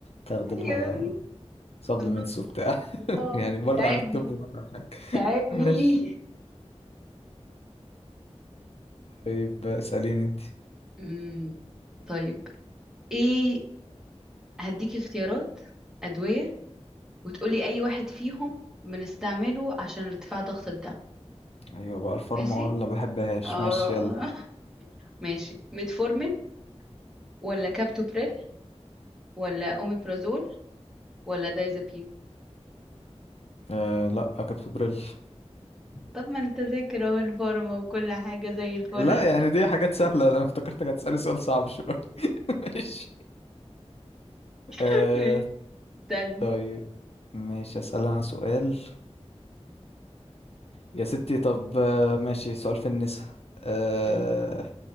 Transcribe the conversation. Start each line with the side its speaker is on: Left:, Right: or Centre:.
Left: وتاخدي
Centre: أيوة
Left: لها سبلمنتس
Centre: بالظبط
Left: وبتاع <laughs>
Centre: آه،
Left: يعني بره
Centre: تعبني
Left: عن الطب وبره عن حاجه
Centre: تعبني
Left: <laughs> ماشي طيب اساليني انت
Centre: <laughs> أمم، طيب إيه هديك اختيارات أدوية وتقولي أي واحد فيهم بنستعمله عشان ارتفاع ضغط الدم
Left: ايوه بقى الفارما
Centre: ماشي
Left: ولا ما بحبهاش
Centre: اه
Left: ماشي يلا
Centre: <laughs> ماشي ميتفورمين ولا كابتوبريل ولا أوميبرازول ولا دايزابيم
Left: آه لا كابتن بريل
Centre: طب ما انت ذاكر اهو الفارما وكل حاجة زي الفل
Left: لا يعني دي حاجات سهلة انا افتكرتك هتسألي سؤال صعب شوية <laughs> ماشي
Centre: <laughs>
Left: آه
Centre: ماشي تاني
Left: طيب ماشي اسال انا سؤال يا ستي طب آه ماشي سؤال في النساء آه
Centre: أمم.